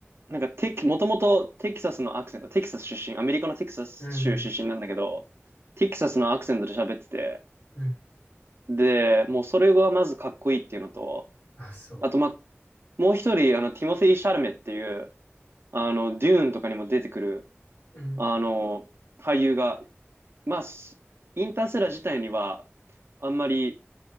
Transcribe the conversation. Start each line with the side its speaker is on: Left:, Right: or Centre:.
Right: なんかテキ、もともとテキサスのアクセント、テキサス出身、アメリカのテキサス州出身なんだけど、
Left: うん、
Right: テキサスのアクセントで喋ってて、
Left: うん、
Right: で、もうそれがまずかっこいいっていうのと、
Left: あ、そ
Right: あと、まあ、もう一人、あの、ティモシー・シャルメっていう、あの、デューンとかにも出てくる、
Left: う。うん、
Right: あの、俳優が、まあ、インターセラー自体には、あんまり、